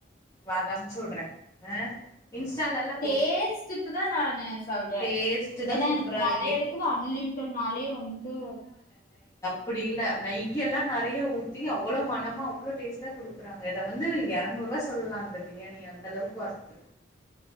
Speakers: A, on the left (about 20°); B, on the left (about 50°).
A: வா அத அம்ச்சுட்றே அ இன்ஸ்டாலலா
B: டேஸ்ட்டுக்குதா நானு சொல்றே
A: டேஸ்ட்டு தா
B: ஏனா
A: சூப்பரா
B: என்க் நெறைய
A: இருக்கே
B: எடத்துல அன்லிம்டட்னாலே வன்ட்டு
A: அப்பிடி இல்ல நெய்ய எல்லா நெறைய ஊ த்தி அவுளோ மணமா அவுளோ டேஸ்ட்டா குடுக்குறாங்க இத வந்து எரநூர்வாய் சொல்லா அந்த பிரியாணிய அந்தளவுக்கு ஒர்த்து